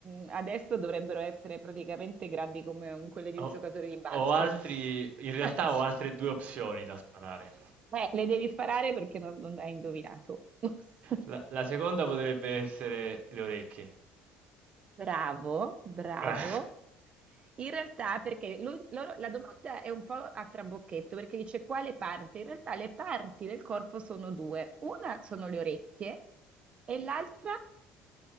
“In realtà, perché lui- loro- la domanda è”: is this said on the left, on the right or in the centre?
Right